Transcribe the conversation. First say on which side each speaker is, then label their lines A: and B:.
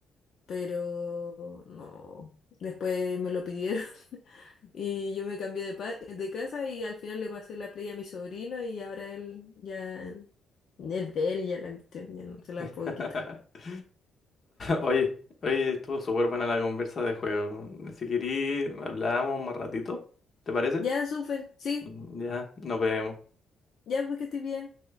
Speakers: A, on the left; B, on the left.
A: pero no, después me lo pidieron <laughs> y yo me cambié de, pa- de casa y al final le pasé la Play a mi sobrino y ahora él ya es de él, ya la cuestión, ya no se
B: <laughs>
A: la puedo quitar.
B: Oye, oye, estuvo súper buena la conversa de juego. Si querís, hablamos más ratito, ¿te parece?
A: Ya, súper, sí,
B: Ya, nos vemos.
A: ya porque estoy bien.